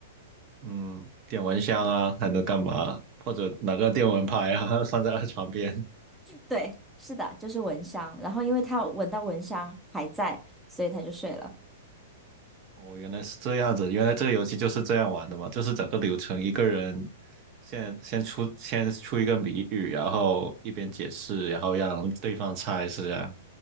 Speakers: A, on the right; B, in the centre.
A: 嗯，点蚊香啊，还能干嘛？或者拿个电蚊拍啊，<laughs> 放在床边。
B: 对，是的，就是蚊香。然后因为它闻到蚊香还在，所以它就睡了。
A: 哦，原来是这样子，原来这个游戏就是这样玩的嘛，就是整个流程一个人先先出先出一个谜语，然后一边解释，然后让对方猜，是这样。